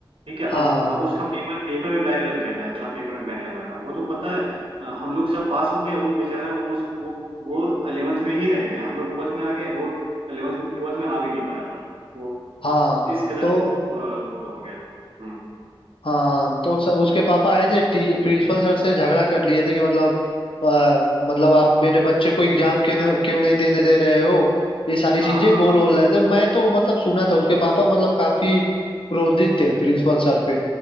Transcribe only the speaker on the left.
हाँ
हाँ
तो
हाँ तो सर उसके पापा आए थे टी, प्रिंसिपल सर से झगड़ा कर लिए थे कि मतलब आ, मतलब आप मेरे बच्चे को एग्जाम के क्यों नहीं देने दे रहे हो ये सारी चीजें
बोल
बोल रहे थे मैं तो मतलब सुना था उसके पापा मतलब काफी क्रोधित थे प्रिंसिपल सर पे